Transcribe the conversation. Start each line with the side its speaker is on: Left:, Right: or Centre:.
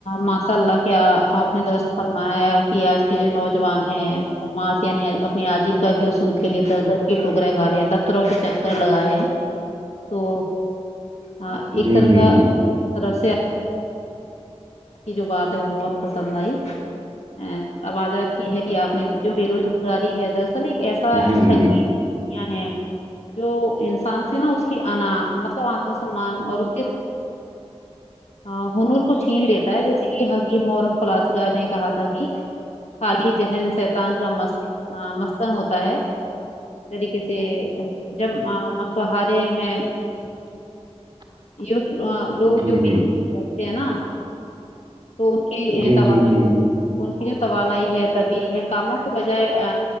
Left: ماشاء اللہ کیا آپ نے درست فرمایا کہ آج کے جو نوجوان ہیں اس یعنی اپنی آجی کا کیصول کے در در کی ٹوکرے گا رہے ہیں دفتر روں کےچکر لگا رہے ہیں تو ہ ایک
Right: جی
Left: طر
Right: جی
Left: کا
Right: جی
Left: طرف سے یہ جو بات ہے وہ بہت پسند آئی ا آوجات کی ہے کہ آپ نے جو بے روزگاری ہے دس اصل ایک ایسا
Right: جی
Left: سیا
Right: جی
Left: ہے جو انسان سے نا اس کی انا مطلب آتم سمان اور اس کے ہاں ہنر کو چھین لیتا ہے جیسے کہ حکیم اور فلاسکہ نے کہا تھا کہ خالی ذہن شایتان کا م مستن ہوتا ہے طریقے سے جب مسہارے میں
Right: <inaudible>
Left: یہ لوگ
Right: جی
Left: جو
Right: جی
Left: بی رہتے ہیں نا تو ان کی
Right: جی
Left: توانائی
Right: جی جی
Left: ان کی جو توانائی ہے تبدیلی ہے کاموں کے بجائے ا